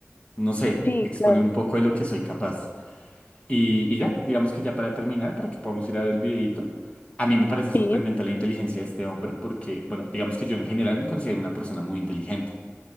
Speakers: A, on the left; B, on the left.
A: no sé,
B: Sí,
A: exponer
B: claro,
A: un poco de lo que soy capaz. Y, y ya, digamos que ya para terminar, para que podamos ir a ver el videito. A mí me parece sorprendente
B: sí,
A: la inteligencia de este hombre porque, bueno, digamos que yo en general me considero una persona muy inteligente.